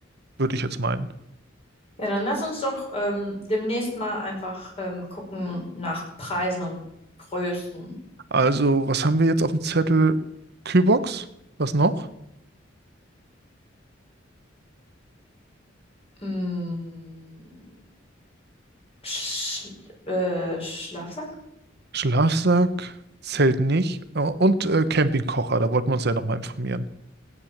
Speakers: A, on the right; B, on the left.
A: würde ich jetzt meinen.
B: Ja, dann lass uns doch ähm, demnächst mal einfach ähm, gucken nach Preisen und Größen.
A: Also, was haben wir jetzt auf dem Zettel? Kühlbox, was noch?
B: Mm, Schl äh, Schlafsack?
A: Schlafsack, Zelt nicht äh, und äh, Campingkocher, da wollten wir uns ja nochmal informieren,